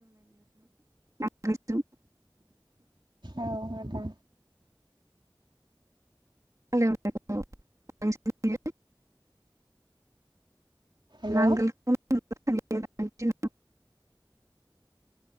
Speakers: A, on the right; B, on the right.
A: नांगोल जों
B: औ मेदा
A: <unintelligible> नांगोलखौ <unintelligible>
B: हेलौ
A: <unintelligible>